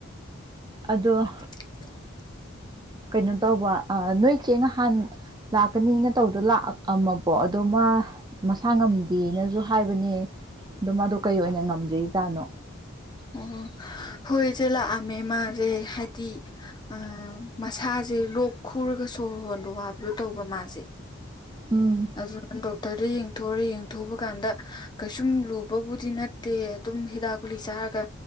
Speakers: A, on the right; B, on the left.
A: ꯑꯗꯣ
B: <inaudible>
A: ꯀꯩꯅꯣ ꯇꯧꯕ ꯑꯥ ꯅꯣꯏꯆꯦ ꯅꯍꯥꯟ ꯂꯥꯛꯀꯅꯤꯅ ꯇꯧꯗꯣ ꯂꯥꯛꯑꯝꯃꯕꯣ ꯑꯗꯣ ꯃꯥ ꯃꯁꯥ ꯉꯝꯗꯦꯅꯖꯨ ꯍꯥꯏꯕꯅꯦ ꯑꯗꯣ ꯃꯗꯣ ꯀꯩ ꯑꯣꯏꯅ ꯉꯝꯗꯔꯤꯖꯠꯅꯣ
B: ꯑꯣ ꯍꯣꯏ ꯏꯆꯦ ꯂꯛꯑꯝꯃꯦ ꯃꯥ ꯖꯦ ꯍꯥꯏꯗꯤ ꯑꯥ ꯃꯁꯥꯖꯦ ꯂꯣꯛ ꯈꯨꯔꯒ ꯁꯣꯔ ꯍꯣꯟꯕ ꯋꯥꯕꯗꯣ ꯇꯧꯕ ꯃꯥꯖꯦ
A: ꯎꯝ
B: ꯑꯗꯨꯅ ꯗꯣꯛꯇꯔꯗ ꯌꯦꯡꯊꯣꯛꯔꯦ ꯌꯦꯡꯊꯣꯛ ꯎꯕ ꯀꯥꯟꯗ ꯀꯩꯁꯨꯝ ꯂꯨꯕꯕꯨꯗꯤ ꯅꯠꯇꯦ ꯑꯗꯨꯝ ꯍꯤꯗꯥꯛ ꯀꯨꯂꯤ ꯆꯥꯔꯒ